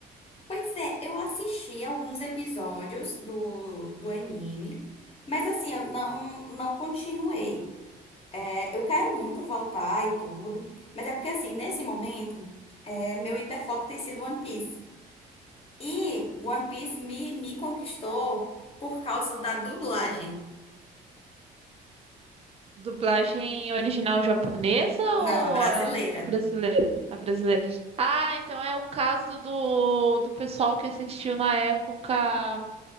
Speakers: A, on the left; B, on the right.
A: Pois é, eu assisti alguns episódios do, do anime, mas assim, eu não, não continuei. É, eu quero muito voltar e tudo, mas é porque assim, nesse momento, é, meu hiperfoco tem sido One Piece. E One Piece me, me conquistou por causa da dublagem.
B: Dublagem original japonesa
A: Não,
B: ou
A: a brasileira.
B: a, a brasileira? A brasileira. Ah, então é o caso do, do pessoal que assistiu na época